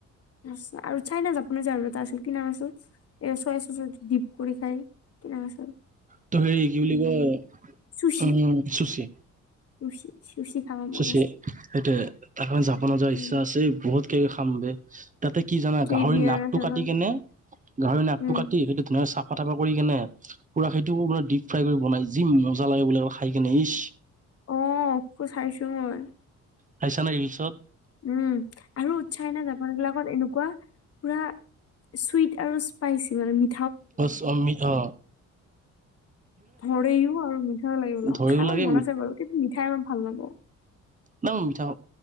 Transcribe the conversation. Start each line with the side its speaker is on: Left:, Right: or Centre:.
Left: আ আৰু চাই না যপোনো জান এটা আচোন কি নাম আচোন এই চ চ ডিপ কৰিু় খায় কিনোচল
Right: ত হেৰি কি বুলি কয়
Left: চুচি
Right: উম চুচী
Left: চুচি চুচি খাব মন
Right: সেইটোয়া
Left: আছে
Right: তাৰ কাৰণে জাব ন যোৱাৰ ইচ্ছা
Left: উম
Right: আছে বহুত কে খাম তাতে কি জানা
Left: কে
Right: গাহৰি
Left: বি
Right: নাকটো
Left: আৰ আছে
Right: কাটি
Left: ন
Right: কেনে গাহৰি নাকটো
Left: উম
Right: কাটি সেইটো চ ফফা কৰি কেনে পুৰা খিটো ডিপ ফ্ৰাই কৰি বনাই যি মজা লাগে বো খাই কেনে ইচ
Left: অঁ খো চাইছুমান
Right: আহাইছান হিলছত,
Left: উম আৰু উৎসাহ নাই জাপান বিলাকত এনেকুৱা পুৰা চুইট আৰু স্পাইচি মানে ম
Right: বচম হ
Left: ভৰেও আৰু মিঠাইও লাগিব ল
Right: ধৈও
Left: খাব
Right: লাগে
Left: মন আছে বাৰু কিন্তু মিঠাই ভাল লাগা
Right: ন ম মিঠা